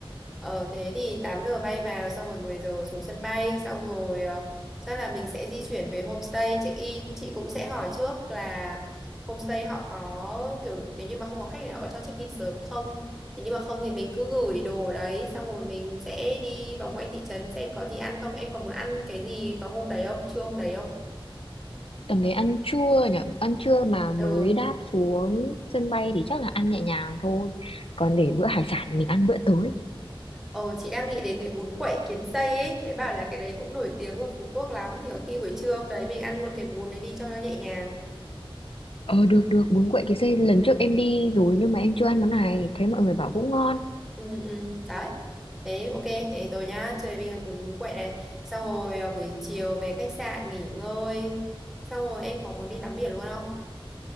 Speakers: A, in the centre; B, on the left.
A: ờ thế thì 8 giờ bay vào xong rồi 10 giờ xuống sân bay xong rồi ờ, chắc là mình sẽ di chuyển về homestay check in chị cũng sẽ hỏi trước là homestay họ có kiểu nếu như mà không có khách thì họ có cho check in sớm không nếu như mà không thì mình cứ gửi đồ ở đấy xong rồi mình sẽ đi vòng quanh thị trấn xem có gì ăn không em còn muốn ăn cái gì vào hôm đấy không trưa hôm đấy không
B: Tầm đấy ăn trưa nhỉ, ăn trưa mà mới
A: ừ
B: đáp xuống sân bay thì chắc là ăn nhẹ nhàng thôi. Còn để bữa hải sản mình ăn bữa tối.
A: ờ chị đang nghĩ đến cái bún quậy kiến xây ấy thấy bảo là cái đấy cũng nổi tiếng ở Phú Quốc lắm thì có khi buổi trưa hôm đấy mình ăn luôn cái bún đấy đi cho nó nhẹ nhàng
B: Ờ được được, bún quậy kỳ xê lần trước em đi rồi nhưng mà em chưa ăn món này, thấy mọi
A: ừ
B: người bảo cũng ngon.
A: ừ ừ đấy thế ok thế rồi nhá trưa nay mình ăn bún quậy này xong rồi à, buổi chiều về khách sạn nghỉ ngơi xong rồi em có muốn đi tắm biển luôn không